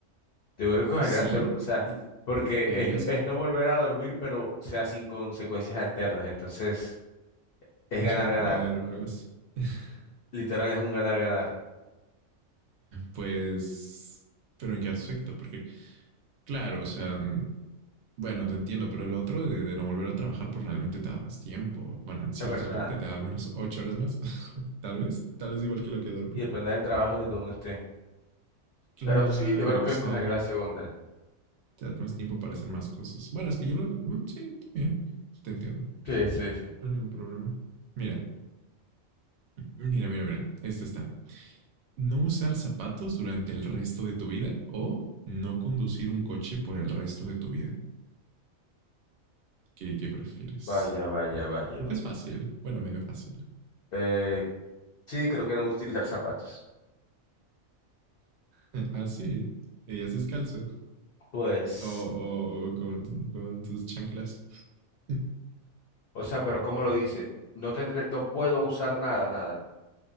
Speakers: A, on the left (about 60°); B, on the right (about 60°).
A: Yo creo que escogería
B: Sí,
A: la segunda, o sea,
B: y,
A: porque
B: y ¿qué
A: es,
B: harías
A: es no volver a dormir, pero o sea sin consecuencias alternas. Entonces, es
B: un
A: ganar,
B: superpoder
A: ganar.
B: o algo así. <laughs>
A: Literal es un ganar-ganar,
B: pues, pero en qué aspecto, porque claro, o sea, Bueno, te entiendo, pero el otro de, de no volver a trabajar, pues realmente te da más tiempo. Bueno, en ciertos
A: es verdad.
B: pocket te da menos ocho horas más, <laughs> tal vez. Tal vez igual que lo que dormir.
A: Y depende del trabajo de que uno esté.
B: Claro,
A: Pero sí, yo creo
B: exacto.
A: que escogería la segunda.
B: Te da más tiempo para hacer más cosas. Bueno, es que yo lo... mm, Sí, está bien. Te entiendo.
A: Sí, sí, sí.
B: No hay ningún problema. Mira, mira, mira, mira. Esta está. No usar zapatos durante el resto de tu vida o no conducir un coche por el resto de tu vida. ¿Qué, qué prefieres?
A: Vaya, vaya, vaya,
B: Creo
A: vaya.
B: que es fácil. Bueno, medio fácil. <laughs>
A: Eh, sí, creo que no utilizar zapatos.
B: Así. Ah, sí. Y ya descalzo.
A: Pues,
B: O, o- o con, con tus chanclas. <laughs>
A: o sea, pero ¿cómo lo dice? No tendré, no puedo usar nada, nada.